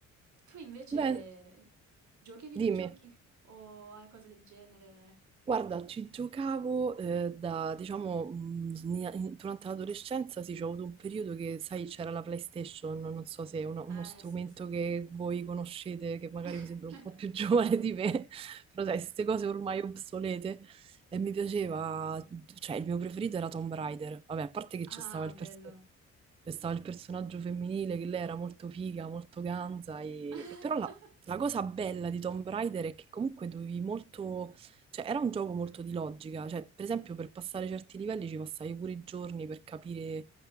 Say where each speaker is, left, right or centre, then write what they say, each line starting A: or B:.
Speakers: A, on the right; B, on the right.
A: Tu invece
B: Beh,
A: giochi ai videogiochi
B: dimmi.
A: o a cose del genere?
B: Guarda, ci giocavo eh, da, diciamo, mh, sni- in- durante l'adolescenza sì, c'è avuto un periodo che, sai, c'era la PlayStation, non non so se è una- uno
A: Eh,
B: strumento
A: sì, sì.
B: che voi conoscete, che magari
A: <laughs>
B: mi sembra un po' più <laughs> giovane di me, però sai, queste cose ormai obsolete, e mi piaceva, cioè il mio preferito era Tomb Raider, vabbè, a parte che
A: Ah,
B: c'è stava il
A: bello.
B: pers- c'è stava il personaggio femminile, che lei era molto figa, molto ganza, e,
A: <laughs>
B: e però la, la cosa bella di Tomb Raider è che comunque dovevi molto cioè, era un gioco molto di logica, cioè, per esempio, per passare certi livelli ci passavi pure i giorni per capire,